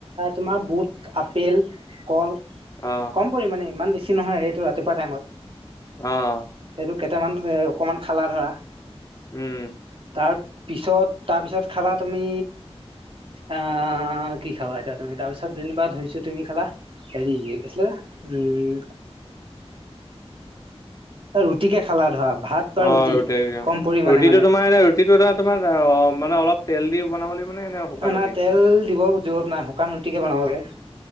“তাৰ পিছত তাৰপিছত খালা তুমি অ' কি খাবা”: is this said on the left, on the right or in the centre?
Right